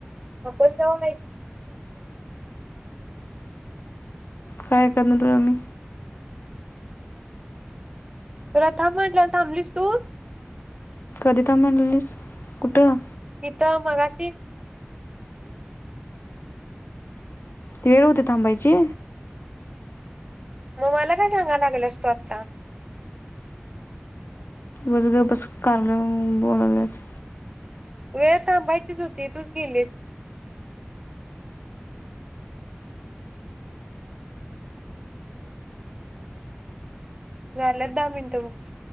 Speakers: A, on the right; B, on the left.
A: आपण जाऊ <unintelligible>
B: काय करनार होय आमी.
A: प्रथा म्हनल्यावर थांबलीस तू?
B: <unintelligible> म्हनलेलीस कुठं?
A: इथं मग अशी
B: ती येळ होती थांबायची?
A: मग मला काय सांगायला लागल्यास तु? आत्ता
B: वाईच गप बस. काल अ बोलालाच
A: वेळ थांबायचीच होद्ती तूच गेलीस झाल्यात दहा मिनटं बग.